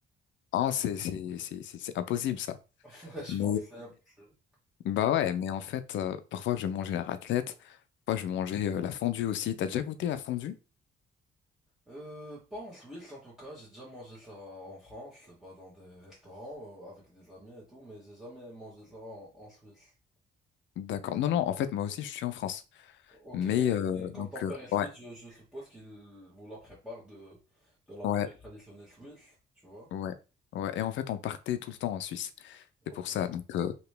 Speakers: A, on the left; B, in the centre.
A: Ah, c'est c'est- c'est- c'est- c'est impossible ça.
B: <laughs> Ouais, je
A: Mais,
B: pense que c'est impossible.
A: Bah ouais, mais en fait, euh, parfois je vais manger la raclette, parfois je vais manger euh, la fondue aussi. T'as déjà goûté la fondue?
B: Euh, pas en Suisse en tout cas, j'ai déjà mangé ça en France, bah, dans des restaurants euh, avec des amis et tout, mais j'ai jamais mangé ça en, en Suisse.
A: D'accord. Non, non, en fait, moi aussi, je suis en France.
B: Ok,
A: Mais
B: mais,
A: euh,
B: mais comme
A: donc,
B: ton père
A: euh,
B: est suisse,
A: ouais,
B: je, je suppose qu'il vous la prépare de, de la
A: ouais,
B: manière traditionnelle suisse, tu vois?
A: ouais, ouais. Et en fait, on partait tout le temps en Suisse.
B: Ok.
A: C'est pour ça. Donc, euh,